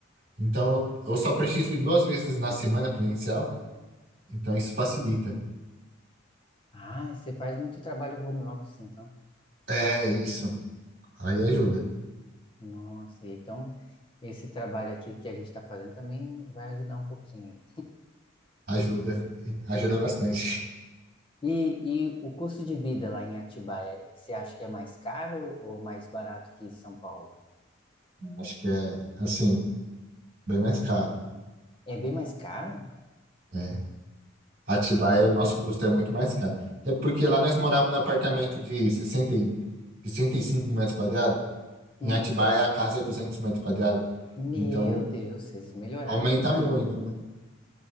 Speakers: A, on the right; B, on the left.
A: Então, eu só preciso ir duas vezes na semana presencial, então isso facilita.
B: Ah, você faz muito trabalho home office, então.
A: É isso. Aí ajuda,
B: Nossa, então esse trabalho aqui que a gente está fazendo também vai ajudar um pouquinho.
A: ajuda, ajuda bastante.
B: E, e o custo de vida lá em Atibaia, você acha que é mais caro ou mais barato que São Paulo?
A: <laughs> Acho que é, assim, bem mais caro.
B: É bem mais caro?
A: É. Atibaia,
B: Ah,
A: o nosso custo é muito mais caro. É porque lá nós morávamos num apartamento de sessenta e- 65 metros quadrados.
B: hum.
A: Em Atibaia, a casa é 200 metros quadrados.
B: Meu
A: Então,
B: Deus, vocês melhoraram
A: aumenta
B: muito
A: muito,
B: de vida.
A: né?